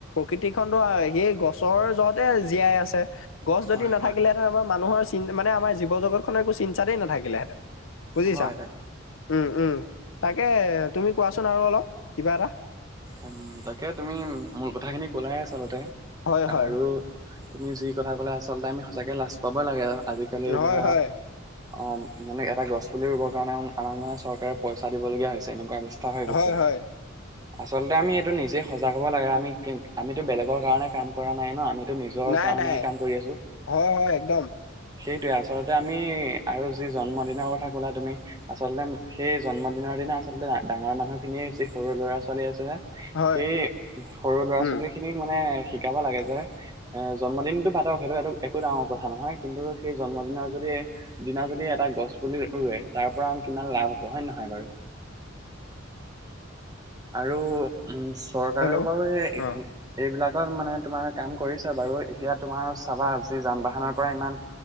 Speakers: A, on the left (about 75°); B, on the right (about 20°).
A: কৃতি খনো সেই গছৰ জহতে জীয়াই আছে গছ যদি
B: হয়,
A: নথাকিলেঁতে
B: হয়,
A: আমাৰ মানুহৰ চ মানে আমাৰ জীৱ জগতখনে চি চাতেই নাথাকিলেহেঁতেন বুজিছা
B: হয় তাকে
A: উম উম তাকে তুমি কোৱাচোন আৰু অলপ কিবা এটা
B: উম তাকে তুমি মূল কথা খিনি কলাই আচলতে
A: হয় হয়
B: আৰু তুমি যি কথা কলো আছ আচলতে আমি সঁচাকে লাজ পাব লাগে আৰু আজিকালি
A: হয়
B: ধৰা
A: হয়
B: অ', মানে এটা গছ পুলি ৰুবৰ কাৰণে আমাক মানে চৰকাৰে পইচা দিব লগগীয়া হৈছে, এনেকুৱা বস্ত হৈ গৈছে।
A: হয় হয়
B: আচলতে আমি এইটো নিজেই সজাগ হ'ব লাগে আমি আমিতো বেলেগৰ কাৰণে কাম কৰা নাই ন, আমিতো এইটো নিজৰ
A: নাই
B: কাৰণেহে
A: নাই
B: কাম কৰি আছো।
A: হয় হয় একদম
B: সেইটোৱে আচল্ততে আমি আৰু যি জন্মদিনৰ কথা কলা তুমি, আচলতে সেই জন্মদিনৰ দিনা আচলতে ডাঙৰ মানুহ খিনিয়ে সৰু ল'ৰা চলি আছে যে,
A: হয়
B: সেই সৰু ল'ৰা
A: উম
B: ছোৱালী খিনিক মানে শিকাব লাগে যে, এ জন্মদিনতটো পাতক সেইটো এইটো একো ডাঙৰ কথা নহয় কিন্তু সেই জন্মদিনৰ যদি দিনা যদি এটা গছ পুলি ৰুৱে, তাৰ পৰা আ কিমান লাভ হ'ব হয়ে নহয় বাৰু। আৰু উম, চৰকাৰেও
A: হেল্ল'
B: বাৰু এইবিলাক
A: অ
B: মানে তোমাৰ কাম কৰিছা বাৰু এতিয়া তোমাৰ চাবা যি যান বাহনৰ পৰা ইমান,